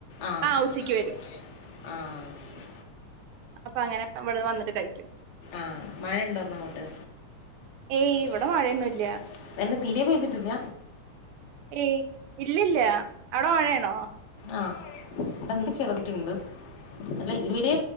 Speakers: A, on the left; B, on the right.
A: ആഹ്
B: ആ ഉച്ചയ്ക്ക്
A: ഉച്ചക്ക് വരും ആഹ് അത്ശെ
B: അപ്പോ അങ്ങനെ ഇവിടുന്ന് വന്നിട്ട് കഴിക്കും
A: ആഹ് മഴണ്ടോർന്ന് അങ്ങോട്ട്
B: ഏയ്
A: <unintelligible>
B: ഇവിടെ മഴയൊന്നുല്ല.
A: അല്ല തീരേ പെയ്തിട്ടില്ല
B: ഏയ് ഇല്ലിൽ - ല്ല അവിട മഴയാണോ
A: ആഹ് ഇവിടെ ഇന്ന് ചെറുതായിട്ടിണ്ട് അല്ല ഇവരെ